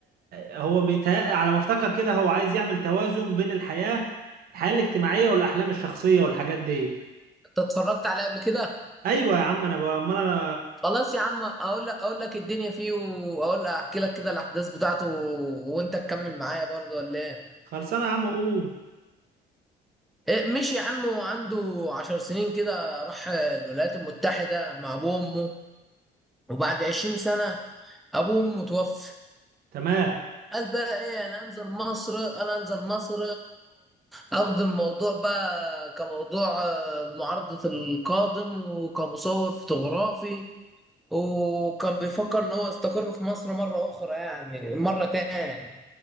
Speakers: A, on the right; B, in the centre.
A: هو بيتهيأ على ما افتكر كده هو عايز يعمل توازن بين الحياة الحياة الاجتماعية والاحلام الشخصية والحاجات دي
B: انت اتفرجت عليه قبل كده
A: ايوه يا عم انا بقى امال انا
B: خلاص يا عم اقول لك اقول لك الدنيا فيه واقول لك احكي لك كده الاحداث بتاعته و... وانت تكمل معايا برضه ولا ايه
A: خلصانه يا عم قول
B: إيه، مش يا عم وعنده عشر سنين كده راح الولايات المتحدة مع ابوه وامه وبعد عشرين سنة ابوه وامه توفى
A: تمام
B: قال بقى ايه انا انزل مصر انا انزل مصر واخد الموضوع بقى كموضوع آه، معارضة القادم وكمصور فوتوغرافي وكان بيفكر ان هو يستقر في مصر مرة اخرى يعني مرة تاني